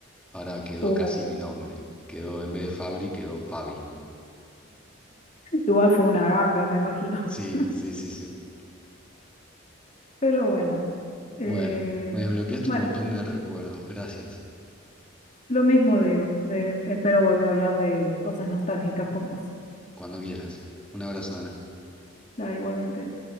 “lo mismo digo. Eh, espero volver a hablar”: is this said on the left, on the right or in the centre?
Left